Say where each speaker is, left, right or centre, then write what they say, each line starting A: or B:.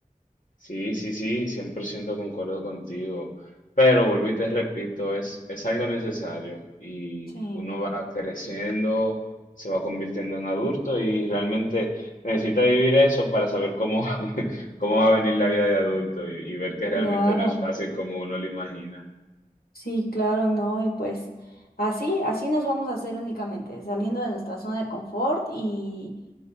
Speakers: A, on the left; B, on the left.
A: Sí, sí, sí, 100% concuerdo contigo, pero vuelvo y te repito, es, es algo necesario y
B: Sí,
A: uno va creciendo, se va convirtiendo en adulto y realmente necesita vivir eso para saber cómo, <laughs> cómo va a venir la vida de adulto y, y ver que realmente
B: claro.
A: no es fácil como uno lo imagina.
B: Sí, claro, no, y pues así, así nos vamos a hacer únicamente, saliendo de nuestra zona de confort y